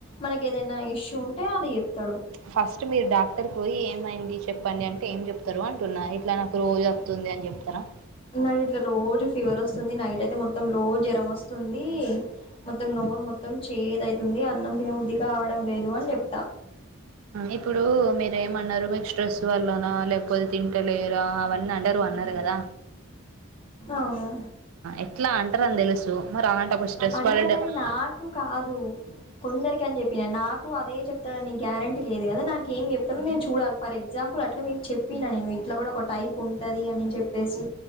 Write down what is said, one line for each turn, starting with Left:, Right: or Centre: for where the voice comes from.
Left: మనకి ఏదైనా ఇష్యూ ఉంటే అది చెప్తాడు.
Right: ఫస్ట్ మీరు డాక్టర్ కి పోయి ఏమైంది చెప్పండి అంటే ఏం చెప్తారు అంటున్నా. ఇట్లా నాకు రోజూ వస్తుంది అని చెప్తారా?
Left: నాకు ఇట్లా రోజా ఫీవర్ వస్తుంది. నైట్ అయితే మొత్తం లో జ్వరము వస్తుంది. మొత్తం నోరు చేదు అవుతుంది. అన్నం తినబద్ది కావడం లేదు అని చెప్తా.
Right: ఇప్పుడు మీరేమన్నారు మీకు స్ట్రెస్ వల్లనా లేకపోతే తింటలేరా అవన్నీ అన్నారు కదా
Left: అవును
Right: ఎట్లా అంటారుని తెలుసు మరి అలాంటప్పుడు స్ట్రెస్
Left: అంటారని
Right: పడడం ఎందుకు.
Left: నాకు కాదు కొందరికి అని చెప్పిన నాకు అదే చెప్తాడు న గ్యారంటీ లేదు కదా నాకు ఏం చెప్తాడో నేను చూడాలి. ఫర్ ఎగ్జాంపుల్ అట్లా మీకు చెప్పినా నేను ఇట్లా కూడా ఒక టైప్ ఉంటది అని చెప్పేసి